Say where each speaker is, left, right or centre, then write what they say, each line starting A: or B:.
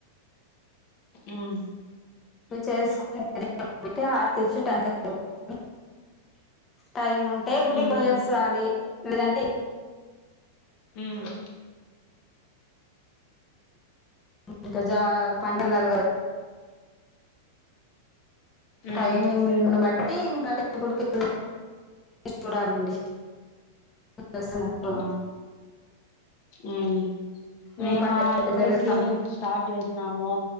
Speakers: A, on the left; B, on the left.
A: హ్మ్
B: ఇవి చేసుకుని <unintelligible> పెట్టి ఆర్తిచ్చి టెంకాయ కొట్టు టైం ఉంటే
A: ఉమ్
B: గుడికియేసాలి లేదంటే
A: హ్మ్
B: ఇంక జా పండగ లల్ గ
A: ఉమ్
B: టైమింగ్ని బట్ అయితే ఇంకా టేబుల్ <unintelligible> క చూడాలండి దర్శనాలు
A: ఆ హ్మ్ మేమా
B: మీ పనులు ఎట్ట
A: ఇప్పుడే
B: జరుగుతాంది
A: క్లీనింగ్ స్టార్ట్ చేసినాము